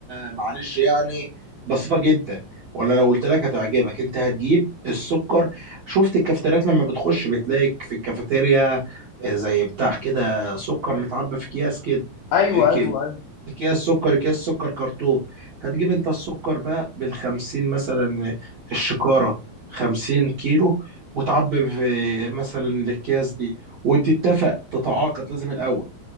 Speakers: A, on the right (about 60°); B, on the left (about 80°).
A: معلش يعني بسيطه جدا ولا لو قلت لك هتعجبك انت هتجيب السكر شفت الكافتريات لما بتخش بتلاقي في الكافيتيريا زي بتاع كده سكر متعبى في اكياس كده
B: ايوه
A: اكياس
B: ايوه ايوه
A: اكياس سكر اكياس سكر كرتون هتجيب انت السكر بقى بالخمسين مثلا الشكارة خمسين كيلو وتعبي في مثلا الاكياس دي وتتفق تتعاقد لازم الاول